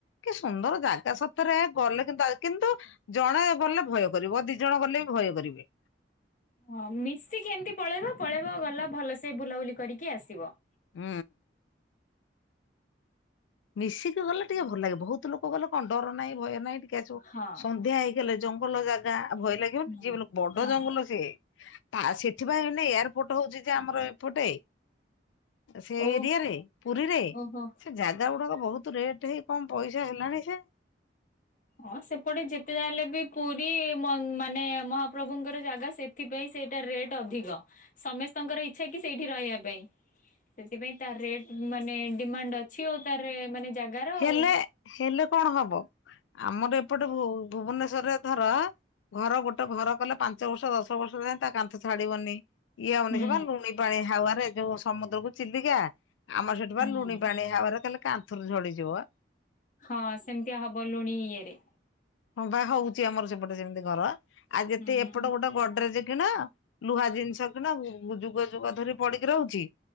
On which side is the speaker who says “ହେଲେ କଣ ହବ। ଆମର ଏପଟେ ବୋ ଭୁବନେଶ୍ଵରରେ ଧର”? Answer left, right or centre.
Left